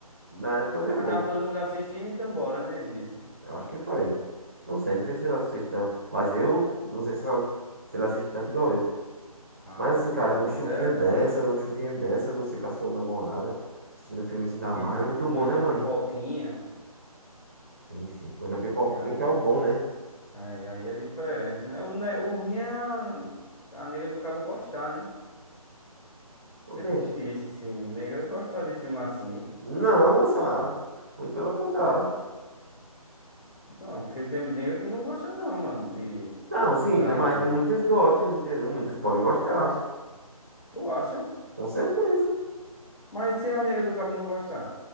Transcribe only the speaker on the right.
na época levou.
Eu acho que foi. Não sei, não sei se ele assiste tanto, mas eu não sei se ela- se ele assiste tanto igual eu.
Mas assim, cara,
numa
chuvinha
dessa,
numa chuvinha dessa, você com a sua namorada, assistindo um filmezinho da
Marvel, é muito
bom, né,
mano?
Sim, sim. Comendo a pipoquinha
que é o bom, né?
Por
quê?
Não, sabe? Muito pelo contrário.
Não, sim,
né, mas muitas
gostam, entendeu? Muitas podem gostar,
com certeza.